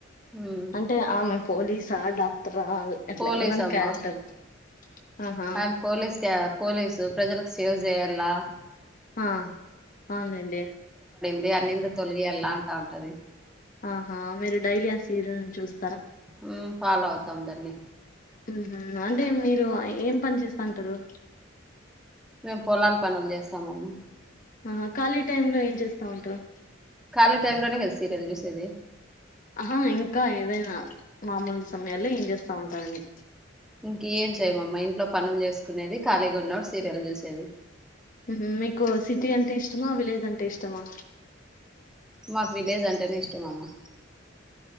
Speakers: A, in the centre; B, on the left (about 45°).
A: హ్మ్
B: అంటే ఆమె పోలీస్ అండ్ డాక్ రావాలి అట్లా
A: పోలీస్
B: ఏమన్నా
A: అమ్మా
B: క్యారెక్టర్ ఆహా
A: ఆమె పోలీస్ క పోలీసు ప్రజలకు సేవ్ చేయాల్లా
B: ఆ అవునులేండి
A: అది న్నింద తొలిగియ్యాలా అంటా ఉంటది
B: ఆహా మీరు డైలీ ఆ సిరియల్ చూస్
A: ఉమ్ ఫాల వ తొందరనే
B: ఉమ్ హు అంటే మీరు ఏం పని చేస్తా ఉంటరు
A: మేము పొలాల పనులు చేస్తాం అమ్మ
B: ఆహా ఖాళీ టైమ్ లో ఏం చేస్తా ఉంటారు
A: ఖాళీ టైం లోనే కదా సీరియల్ చూసేది
B: ఆహా ఇంకా ఏదైనా మామూలు సమయాల్లో ఏం చేస్తా ఉంటారని
A: ఇంకేం చేయమమ్మా ఇంట్లో పనులు చేసుకునేది ఖాళీగా ఉన్నపుడు సీరియల్ చూసేది
B: ఉహు మీకు సిటీ అంటే ఇష్టమా విలేజ్ అంటే ఇష్టమా
A: మాకు విలేజ్ అంటేనే ఇష్టం అమ్మా